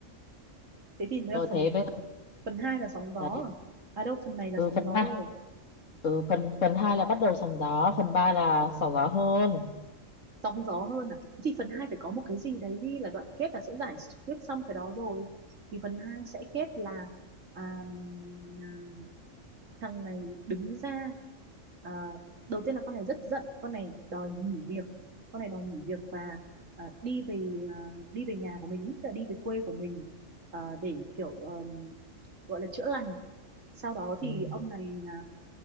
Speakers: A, on the right; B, on the left.
A: thế thì nó là
B: rồi
A: phần
B: thế bây giờ
A: phần 2 là sóng gió
B: đấy
A: à? à đâu phần này là
B: ừ,
A: sóng
B: phần
A: gió
B: hai
A: rồi
B: ừ, phần phần hai là bắt đầu sóng gió phần ba là sóng gió hơn
A: sóng gió hơn à Thế thì phần 2 phải có một cái gì đấy đi là đoạn kết là sẽ giải quyết xong cái đó rồi thì phần 2 sẽ kết là à, à, thằng này đứng ra à, đầu tiên là con này rất giận con này đòi nghỉ việc con này đòi nghỉ việc và à, đi về à, đi về nhà của mình tức là đi về quê của mình à, để kiểu ờm, gọi là chữa lành sau đó thì
B: ừ,
A: ông này à,